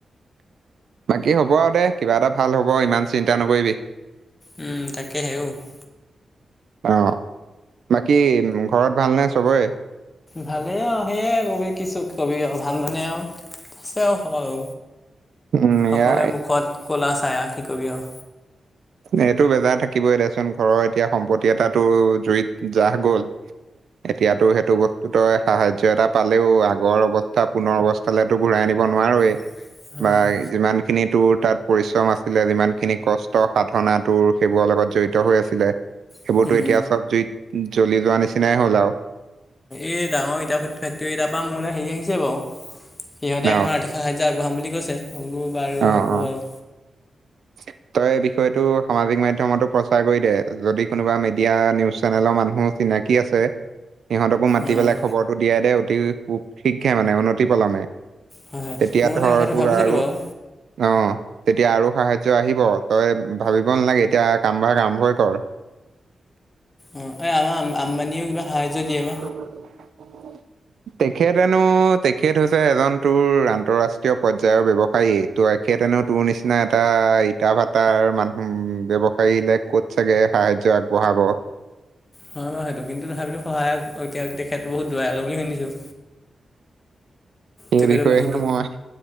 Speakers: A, on the right; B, on the left.
A: বাকী হ'ব আও দে কিবা এটা ভাল হ'ব, ইমান চিন্তা নকৰিবি।
B: উম তাকেহে অও -
A: অ, বাকী ঘৰত ভালনে চবৰে?
B: ভালেই আউ সেইয়ে কবি কিছু কবি আউ ভাল মানে আউ। আছে আৰু সকলো
A: উম,
B: সকলোৱে
A: এয়া
B: মুখত ক'লা চাই আউ কি কবি আউ।
A: এইটো বেজাৰ থাকিবই দেচোন ঘৰৰ এতিয়া সম্পত্তি এটা টোৰ জুইত জাহ গ'ল। এতিয়াতো সেইটো ব টো তই সাহায্য এটা পালেও আগৰ অৱস্থা পুনৰ অৱস্থালে তো ঘূৰাই আনিব নোৱাৰেই।
B: নোৱাৰোৱেই।
A: বা ই যিমান খিনি তোৰ তাত পৰিশ্ৰম আছিলে যিমান খিনি কষ্ট ত সাধনা টোৰ সেইবোৰৰ লগত জড়িত হৈ আছিলে, সেইবোৰতো
B: বস্তুটো
A: এতিয়া চব জুইত জ্বলি যোৱা নিচিনাই হ'ল আউ।
B: এই ডাঙৰ ইটা ফেক ফেক্টৰী এটাৰ পৰা মোলে হেৰি আহিছে বাউ, সিহঁতে
A: ন?
B: অকণ আৰ্থিক সাহায্য আগবঢ়াম বুলি কৈছে। হব বাৰু
A: অ',
B: হ'ব আউ
A: <inaudible> তই এই বিষয়টো সামাজিক মাধ্যমতো প্ৰচাৰ কৰি দে, যদি কোনোবা মিডিয়া নিউজ চেনেলৰ মানুহ চিনাকি আছে, সিহঁতকো মাতি
B: অ'।
A: পেলাই খবৰটো দিয়াই দে, অতি উ শীঘ্ৰে মানে অনতি পলমে।
B: হয়, হয়,
A: তেতিয়া,
B: মই মানে
A: ধৰ
B: কথাটো
A: তোৰ
B: ভাবিছিলোঁ
A: আৰু
B: বাৰু
A: অঁ, তেতিয়া আৰু সাহায্য আহিব। তই ভাবিব নালাগে, এতিয়া কামভাগ আৰম্ভই কৰ।
B: অঁ এ আমা আম্বানিও কিবা সাহায্য দিয়ে বা।
A: <unintelligible> <inaudible> তেখেতনো, তেখেত হৈছে এজন তোৰ আন্তঃ ৰাষ্ট্ৰীয় পৰ্যায়ৰ ব্যৱসায়ী। ত এখেতেনো তোৰ নিচিনা এটা ইটা ভাতাৰ মানুহ ব্যৱসায়ীলে ক'ত চাগে সাহায্য আগবঢ়াব
B: হয় বাৰু সেইটো কিন্তু তথাপিতো সহায়ক এতিয়া তেখেত বহুত দয়ালো বুলি শুনিছো।
A: সেই
B: তেখেতে
A: বিষয়েহে
B: বহুতো
A: মই